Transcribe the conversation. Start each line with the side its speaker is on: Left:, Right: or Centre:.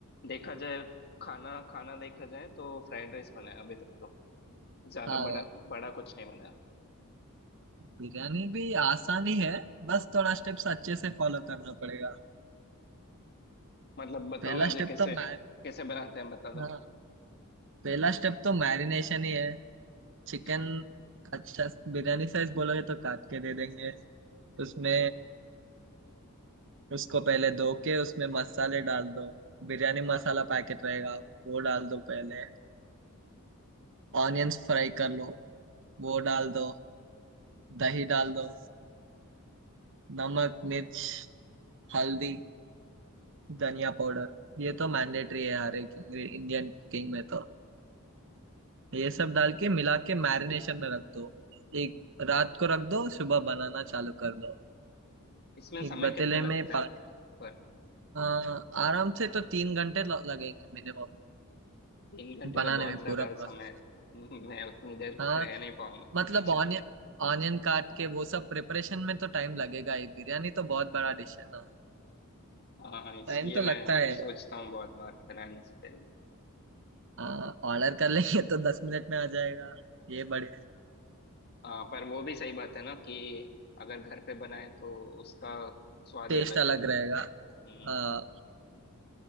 Left: देखा जाए खाना खाना देखा जाए तो फ्राइड राइस बनाया अभी तक तो ज्यादा
Right: हाँ
Left: बड़ा बड़ा कुछ नहीं बनाया
Right: बिरयानी भी आसान ही है बस थोड़ा स्टेप्स अच्छे से फॉलो करना पड़ेगा
Left: मतलब बताओ
Right: पहला
Left: मुझे
Right: स्टेप
Left: कैसे
Right: तो मैर
Left: कैसे बनाते हैं बता दो
Right: हाँ पहला स्टेप तो मैरिनेशन ही है
Left: अच्छा
Right: चिकन अच्छा बिरयानी साइज बोलोगे तो काट के दे देंगे उसमें
Left: अच्छा
Right: उसको पहले धो के उसमें मसाले डाल दो बिरयानी मसाला पैकेट रहेगा वो डाल दो पहले ऑनियंस फ्राई कर लो वो डाल दो दही डाल दो नमक मिर्च हल्दी धनिया पाउडर ये तो मैंडेटरी है हर एक इंडियन कुकिंग में तो ये सब डाल के मिला के मैरिनेशन में रख दो एक रात को रख दो सुबह बनाना चालू कर दो
Left: इसमें समय
Right: एक पतीले
Left: कितना लगता
Right: में
Left: है
Right: पानी
Left: पर
Right: आ, आराम से तो तीन घंटे ल- लगेंगे मिनिमम
Left: तीन घंटे
Right: बनाने
Left: तो बहुत
Right: में
Left: ज्यादा
Right: पूरा
Left: समय
Right: प्रोसेस
Left: है। <laughs> मैं उतनी देर
Right: हाँ
Left: रह नहीं पाऊंगा
Right: मतलब
Left: किचन
Right: ऑनियन
Left: में
Right: ऑनियन काट के वो सब प्रिपरेशन में तो टाइम लगेगा ही बिरयानी तो बहुत बड़ा डिश है ना
Left: हाँ हाँ इसलिए
Right: टाइम तो
Left: मैं
Right: लगता है
Left: सोचता हूँ बहुत बार बनाने से पहले
Right: हाँ ऑर्डर कर लेंगे तो दस मिनट में आ जाएगा ये बड़े
Left: हाँ पर वो भी सही बात है ना कि अगर घर पे बनाए तो उसका स्वाद
Right: टेस्ट
Left: ही अलग
Right: अलग
Left: रहता
Right: रहेगा
Left: है हम्म
Right: हाँ